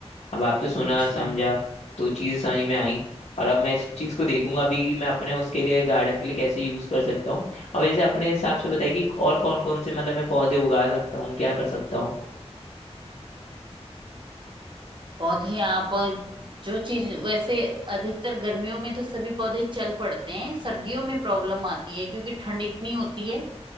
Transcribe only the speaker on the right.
अच्छा
पौधे आप जो चीज वैसे अधिकतर गर्मियों में तो सभी पौधे चल पड़ते हैं सर्दियों में प्रॉब्लम आती है क्योंकि ठंड इतनी होती है